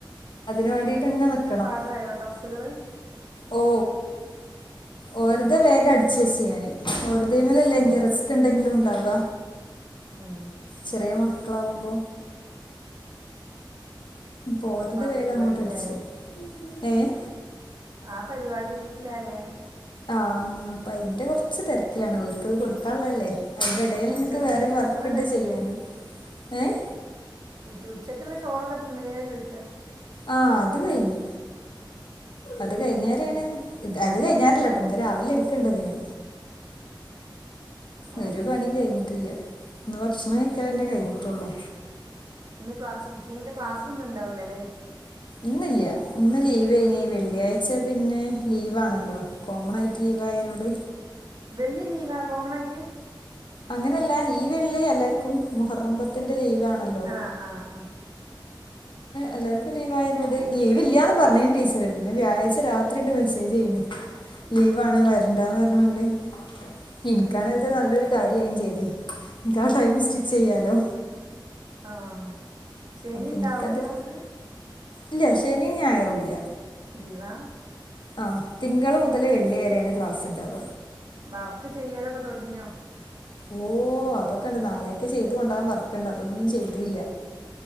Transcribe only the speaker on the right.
ഇതായോടെസ്‌ <unintelligible>
ആഹ്
ആഹ്
ആഹ്
അപ്പൊ ആ
പരിപാടിയിലാല്ലേ
ആഹ് പരിപാടില്ലാല്ലേ
ഉച്ചക്ക്
ഉച്ചഭക്ഷണം
കഴിച്ചില്ലേ
ഉച്ചയ്ക്കുള്ള ചോറൊക്കെ തിന്നലേ ചോദിക്കാ
ഉം
ആഹ്
ഇന്ന് ക്ലാസ്സ്‌ സ്സ്റ്റിച്ചിങ്ങിന്റെ ക്ലാസ് ഒന്നുംണ്ടാവില്ലല്ലേ
വെള്ളി ലീവകോമണായിട്ട്
ആഹ് ആഹ് അ. <unintelligible>
ഉം
ആഹ് ശനി ഇണ്ടാവും
ക്ലാസ്
ലീവാ
വർക്ക് ചെയ്യലൊക്കെ തൊടങ്ങിയോ